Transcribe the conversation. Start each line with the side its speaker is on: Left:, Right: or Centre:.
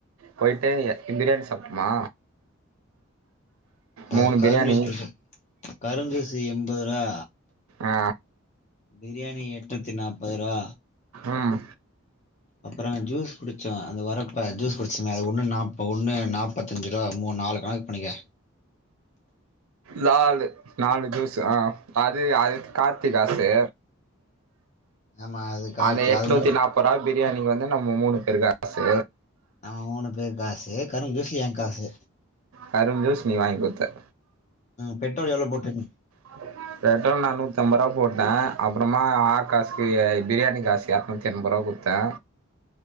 Right: பொயி்ட்டு எ பிரியாணி சாப்ட்டமா
Left: க
Right: மூணு
Left: கரும்பு
Right: பிரியாணி
Left: ஜூஸ் குடிச்சோ கரும்பு ஜூசு எம்பது ருவா
Right: ஆ
Left: பிரியாணி எட்நூத்தி நாப்பது ரூவா
Right: ம்
Left: அப்புறோ ஜூஸ் குடிச்சோ அந்த வரப்ப ஜூஸ் குடிச்சமே அது ஒன்னு நாப் ஒன்னு நாப்பத்தஞ்சு ரூவா மூணு நாலு கணக்கு பண்ணிக்க
Right: நாலு நாலு ஜூசு அ அது அது கார்த்தி காசு
Left: ஆமா அது காசு
Right: அந்த எட்நூத்தி
Left: அது மட்டு
Right: நாப்பதா பிரியாணிக்கு வந்து நம்ம மூணு பேரு காசு
Left: நம்ப மூணு பேரு காசு கரும்பு ஜூசு ஏன் காசு
Right: கரும்பு ஜூஸ் நீ வாங்கி குடுத்த
Left: ம் பெட்ரோல் எவ்ளோ போட்டுருக்கிங்க
Right: அவனா பெட்ரோல் நா நூத்தம்பது ரூவா போட்ட அப்புறமா ஆகாசுக்கு பிரியாணி காசுக்கு இரநூத்தி என்பது ரூவா கொடுத்தே